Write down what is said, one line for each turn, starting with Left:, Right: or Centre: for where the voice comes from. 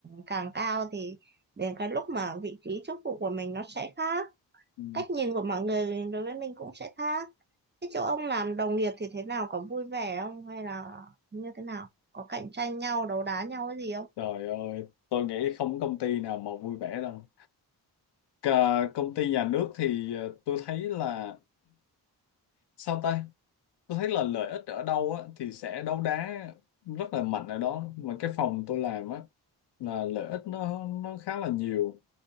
Right: càng cao thì đến cái lúc mà vị trí chức vụ của mình nó sẽ khác
Left: Ừ.
Right: cách nhìn của mọi người đối với mình cũng sẽ khác Thế chỗ ông làm đồng nghiệp thì thế nào? Có vui vẻ không? Hay là như thế nào? Có cạnh tranh nhau, đấu đá nhau cái gì không?
Left: trời ơi tôi nghĩ không có công ty nào mà vui vẻ đâu Cả công ty nhà nước thì ờ, tôi thấy là sao ta tôi thấy là lợi ích ở đâu á thì sẽ đấu đá rất là mạnh ở đó mà cái phòng tôi làm á là lợi ích nó nó khá là nhiều